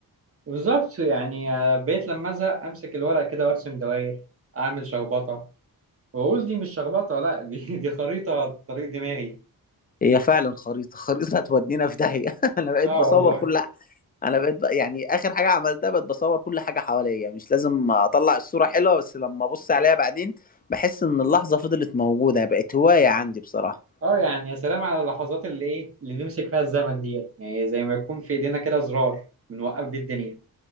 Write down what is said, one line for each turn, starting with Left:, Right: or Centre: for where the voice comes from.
Right: بالظبط يعني آه، بقيت لما ازهق امسك الورق كده وارسم دوائر اعمل شخبطه واقول دي مش شخبطه لا دي <laughs> دي خريطه طريق دماغي
Left: هي فعلا خريطة خريطة هتودينا في داهية <laughs> أنا بقيت
Right: اه
Left: بصور
Right: والله
Left: كل ح- أنا بقيت ب... يعني آخر حاجة عملتها بقيت بصور كل حاجة حواليا مش لازم أطلع الصورة حلوة بس لما أبص عليها بعدين بحس إن اللحظة فضلت موجودة بقت هواية عندي بصراحة
Right: اه يعني يا سلام على اللحظات اللي ايه اللي نمسك فيها الزمن ديت يعني زي ما يكون في ايدينا كده زرار بنوقف بيه الدنيا